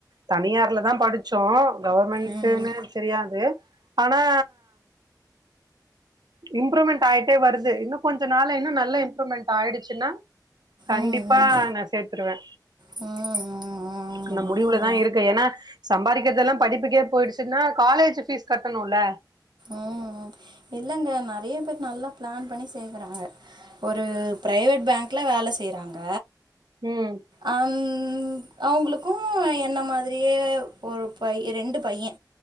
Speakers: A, on the right; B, on the right.
A: தனியார்ல தா படிச்சோ கவர்மெண்ட்டுன்னு
B: ம்
A: தெரியாது ஆனா இம்ப்ரூவ்மெண்ட் ஆயிட்டே வருது இன்னு கொஞ்ச நா இன்னும் நல்ல இம்ப்ரூவ்மெண்ட் ஆயிடுச்சுன்னா கண்டிப்பா
B: ம் ம் ம்
A: நா சேத்துருவே
B: ம் ம்
A: இன்னு
B: ஆமாங்க
A: முடிவுலதா இருக்கு ஏன்னா சம்பாதிக்கிறதெல்லாம் படிப்புக்கே போயிடுச்சுன்னா காலேஜ் ஃபீஸ் கட்டணும்ல
B: ம் ம் இல்லங்க நெறைய பேர் நல்லா பிளான் பண்ணி செய்ய போறாங்க ஒரு ப்ரைவேட் பேங்க்குல வேல செய்றாங்க
A: ம்
B: அன் அவங்களுக்கும் என்ன மாதிரியே ஒரு பை ரெண்டு பையே